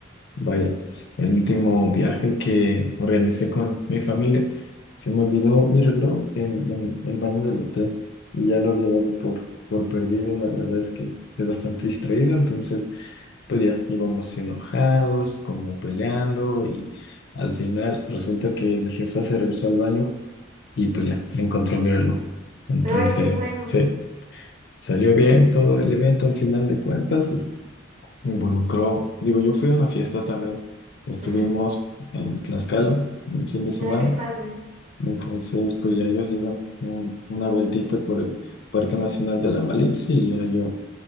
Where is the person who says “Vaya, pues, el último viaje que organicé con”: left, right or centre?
Left